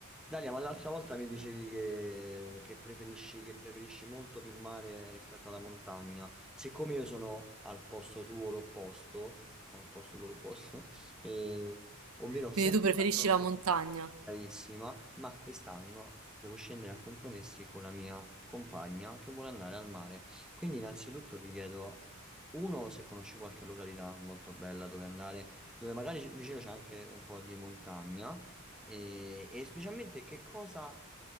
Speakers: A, in the centre; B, on the right (about 85°).
A: Dalia, ma l'altra volta mi dicevi che, che preferisci, che preferisci molto più il mare rispetto alla montagna. Siccome io sono al posto tuo l'opposto, <laughs> al posto tuo l'opposto, eh, ovvero ho sempre
B: Quindi tu preferisci
A: fatto,
B: la montagna.
A: bravissima, ma quest'anno devo scendere a compromessi con la mia compagna che vuole andare al mare. Quindi innanzitutto ti chiedo, uno, se conosci qualche località molto bella dove andare, dove magari c- vicino c'è anche un po' di montagna, e, e specialmente che cosa